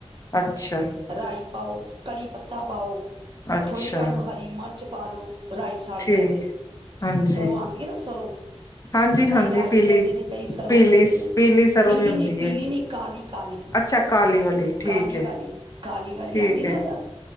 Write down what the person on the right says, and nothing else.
ਰਾਈ ਪਾਓ ਕੜੀ ਪੱਤਾ ਪਾਓ
ਥੋੜ੍ਹੀ ਤੁਹਾਨੂੰ ਹਰੀ ਮਿਰਚ ਪਾ ਲਓ ਰਾਈ ਸਾੜ
ਜਾਏ ਤੇ
ਸਰੋਂ ਆਉਂਦੀ ਹੈ ਨਾ ਸਰੋਂ
ਕਈ
ਰਾਈ
ਕਹਿੰਦੇ ਨੇ ਕਈ ਸਰੋਂ
ਕਹਿੰਦੇ ਨੇ
ਪੀਲੀ
ਨੀ ਪੀਲੀ
ਨੀ ਕ ਕਾਲੀ, ਕਾਲੀ,
ਕਾਲੀ
ਵਾਲੀ, ਕਾਲੀ ਵਾਲੀ
ਆਉਂਦੀ ਨਾ
ਯਾਰ